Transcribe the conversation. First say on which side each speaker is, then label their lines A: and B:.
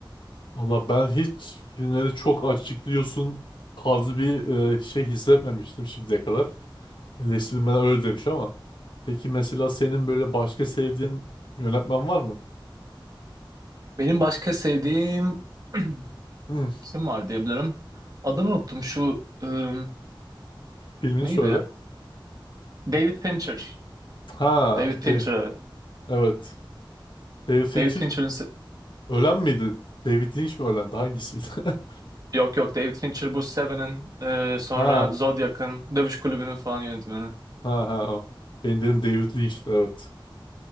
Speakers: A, on the left; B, on the right.
A: Valla ben hiç filmleri çok açıklıyorsun tarzı bir e, şey hissetmemiştim şimdiye kadar. Eleştirmenler öyle demiş ama. Peki mesela senin böyle başka sevdiğin yönetmen var mı?
B: Benim başka sevdiğim <clears throat>
A: Hmm,
B: kim var diyebilirim. Adını unuttum şu ım,
A: filmini
B: neydi?
A: söyle.
B: David Fincher.
A: Ha,
B: David Fincher
A: Dave.
B: evet.
A: Evet. David Fincher
B: David Fincher'ın se-
A: ölen miydi? David Lynch mi ölendi? Hangisiydi? <laughs>
B: yok yok David Fincher bu Seven'in e, sonra
A: Ha,
B: Zodiac'ın Dövüş Kulübü'nün falan yönetmeni.
A: ha, ha o. Ben dedim David Lynch'ti evet.